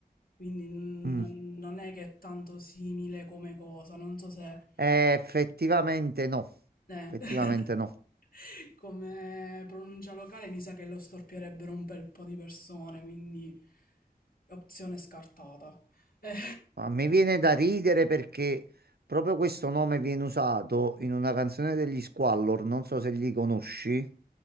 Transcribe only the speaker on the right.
Mm.
Eh, effettivamente no,
effettivamente
no.
Ma mi viene da ridere perché proprio questo nome viene usato in una canzone degli Squallor, non so se li conosci.